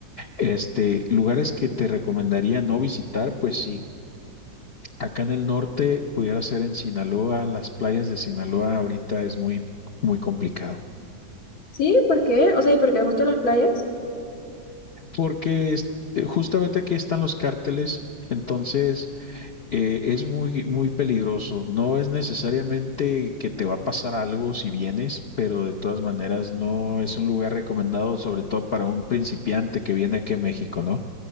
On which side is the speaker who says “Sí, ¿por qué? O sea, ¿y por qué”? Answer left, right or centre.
Left